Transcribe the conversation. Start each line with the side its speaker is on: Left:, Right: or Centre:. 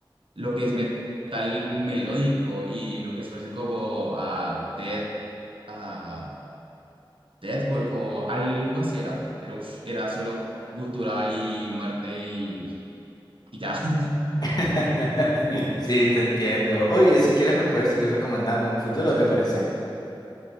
Right: lo que es metal melódico y lo que es parece como a Death, ah, Deathwork o algo así era, pero ush, era solo gutural y muerte y, y ya. <laughs>
Left: <laughs> Sí, te entiendo. Oye, si quieres me puedes seguir recomendando en un futuro, ¿te parece?